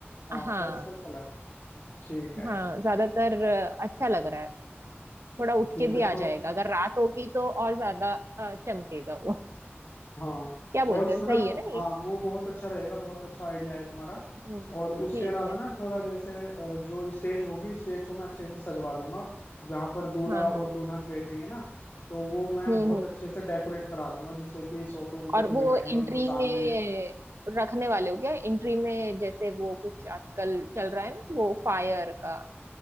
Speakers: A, on the left; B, on the right.
A: हाँ
B: हाँ
A: पेस्टल कलर ठीक है
B: हाँ ज्यादातर अ, अच्छा लग रहा है थोड़ा उठ
A: ठीक
B: के भी
A: है
B: आ
A: तो
B: जाएगा अगर रात होगी तो और ज्यादा अ, चमकेगा वो
A: हाँ
B: क्या बोलते
A: और उसमें
B: हैं सही
A: ना
B: है ना
A: हाँ
B: ये
A: वो बहुत अच्छा रहेगा बहुत अच्छा आइडिया है तुम्हारा
B: हम्म
A: और उसके
B: ठीक
A: अलावा
B: है
A: ना थोड़ा जैसे अ, जो स्टेज होगी स्टेज को मैं अच्छे से सजवा दूंगा जहां पर दूल्हा
B: हाँ
A: और
B: हाँ
A: दुल्हन बैठेंगे ना तो वो मैं
B: हम्म
A: बहुत
B: हम्म हम्म।
A: अच्छे से डेकोरेट करा दूंगा जिससे कि सोफे वोफे
B: और
A: पे
B: वो
A: बिठाएंगे
B: एंट्री
A: उनको सामने
B: में रखने वाले हो क्या एंट्री में जैसे वो कुछ आजकल चल रहा है ना वो फायर का